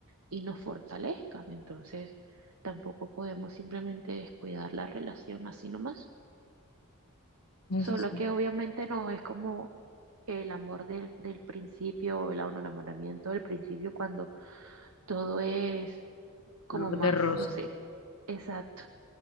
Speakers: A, on the right; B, on the left.
A: y nos fortalezcan. Entonces, tampoco podemos simplemente descuidar la relación así nomás.
B: Eso
A: Solo
B: sí,
A: que obviamente no es como el amor del, del principio, o el enamoramiento del principio, cuando todo es como
B: color
A: más,
B: de rosa.
A: no sé, exacto,